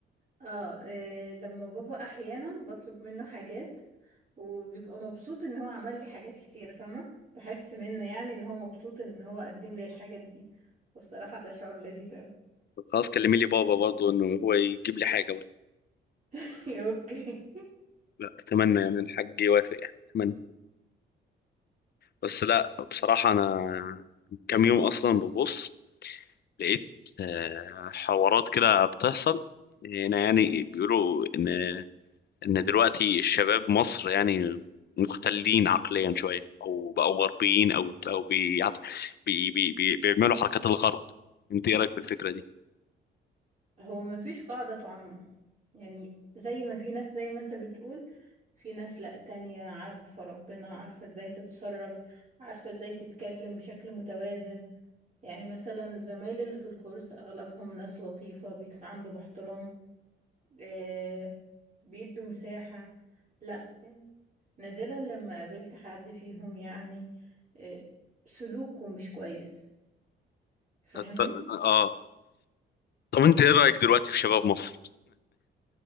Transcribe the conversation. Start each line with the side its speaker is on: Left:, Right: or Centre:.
Right: اه إيه لما بابا أحيانا بطلب منه حاجات وبيبقى مبسوط ان هو عمل لي حاجات كتير فاهمة بحس منه يعني ان هو مبسوط ان هو قدم لي الحاجات دي والصراحة ده شعور لذيذ قوي
Left: طب خلاص كلمي لي بابا برضو انه هو يجيب لي حاجه برضو
Right: <laughs> اوكي
Left: لا اتمنى يعني الحاج يوافق يعني اتمنى بس لا بصراحه انا كام يوم اصلا ببص لقيت آه، حوارات كده بتحصل هنا يعني بيقولوا ان ان دلوقتي الشباب مصر يعني مختلين عقليا شويه او بقوا غربيين او او بيعت... بي... بي... بي... بيعملوا حركات الغرب انت ايه رايك في الفكره دي
Right: هو ما فيش قاعدة تعمم يعني زي ما في ناس زي ما انت بتقول في ناس لا تانية عارفة ربنا عارفة ازاي تتصرف عارفة ازاي تتكلم بشكل متوازن يعني مثلا زمايلي اللي في الكورس اغلبهم ناس لطيفة بيتعاملوا باحترام آه بيدوا مساحة لا يعني نادرا لما قابلت حد فيهم يعني آه سلوكه مش كويس فاهمني
Left: ط- اه طب انت ايه رايك دلوقتي في شباب مصر